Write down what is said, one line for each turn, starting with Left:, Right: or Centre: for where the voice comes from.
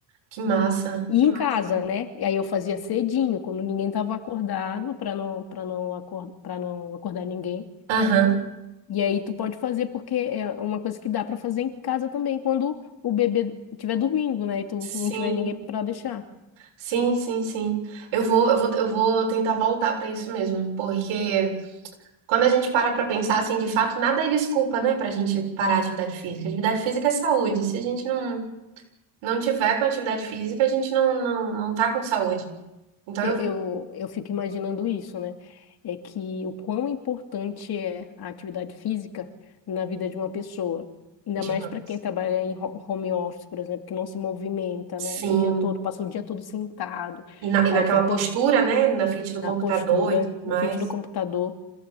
Right: Que massa.
Left: E
Right: Que
Left: em
Right: massa.
Left: casa, né? E aí eu fazia cedinho, quando ninguém estava acordado, para não, para não, acor para não acordar ninguém.
Right: Aham.
Left: E aí tu pode fazer porque é uma coisa que dá para fazer em casa também quando o bebê estiver dormindo, né? E tu
Right: Sim.
Left: não tiver ninguém para deixar.
Right: Sim, sim, sim. Eu vou, eu vou, eu vou tentar voltar para isso mesmo, porque quando a gente para para pensar assim, de fato, nada é desculpa, né, para a gente parar a atividade física. Atividade física é saúde. Se a gente não não tiver com atividade física, a gente não não, não tá com saúde. Então
Left: Eu,
Right: eu vou
Left: eu, eu fico imaginando isso, né? É que o quão importante é a atividade física na vida de uma pessoa. Ainda
Right: demais.
Left: mais para quem trabalha em ho- home office, por exemplo, que não se movimenta,
Right: Sim.
Left: né? O dia todo, passa o dia todo sentado,
Right: E, na, e
Left: aí
Right: naquela
Left: tem pouco
Right: postura, né? Na frente do computador
Left: na postura,
Right: e tudo mais.
Left: na frente do computador.